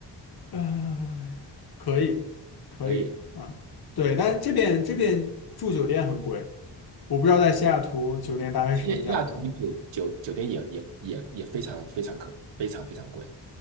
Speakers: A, on the left; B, on the right.
A: 呃，可以，可以啊，
B: 可以。
A: 对，但这边这边住酒店很贵，我不知道在西雅图酒店大概是什么价格，
B: 西西雅图酒酒酒店也也也也非常非常可非常非常贵，